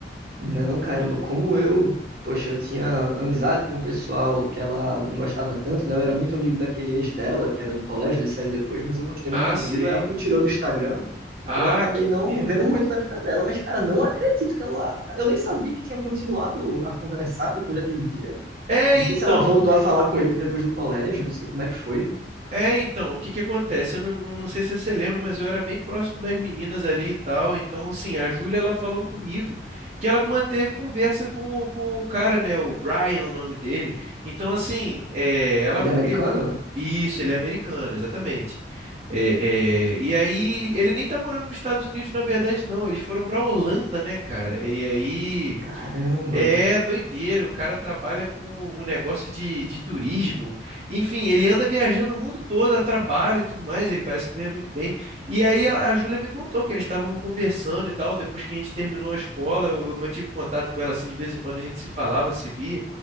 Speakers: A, on the right; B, on the right.
A: Não, caramba, como eu, poxa, eu tinha amizade com o pessoal que ela não gostava tanto, né? Eu era muito amigo daquele ex dela, que era do colégio, ele saiu depois, mas eu continuei
B: Ah,
A: muito
B: sei.
A: amigo, aí ela me tirou do Instagram.
B: Ah,
A: Eu acabei
B: que
A: não
B: merda.
A: vendo muito da vida dela, mas, cara, não acredito que ela. Eu nem sabia que tinha continuado a conversar depois daquele dia.
B: É,
A: Não
B: então.
A: sei se ela voltou a falar com ele depois do colégio, não sei como é que foi.
B: É, então, o que que acontece? Eu não, não sei se você lembra, mas eu era bem próximo das meninas ali e tal. Então, assim, a Júlia, ela falou comigo que ela manteve conversa com, com o cara, né? O Brian, o nome dele. Então, assim, é, ela,
A: Ele é americano?
B: ele- isso, ele é americano, exatamente. É, é, e aí, ele nem tá morando nos Estados Unidos, na verdade, não. Eles foram pra Holanda, né, cara? E aí.
A: Caramba!
B: É doideira, o cara trabalha com um negócio de, de turismo. Enfim, ele anda viajando o mundo todo, a trabalho e tudo mais, ele parece que ganha muito bem. E aí a, a Júlia me contou que eles estavam conversando e tal, depois que a gente terminou a escola, eu eu mantive contato com ela assim de vez em quando, a gente se falava, se via.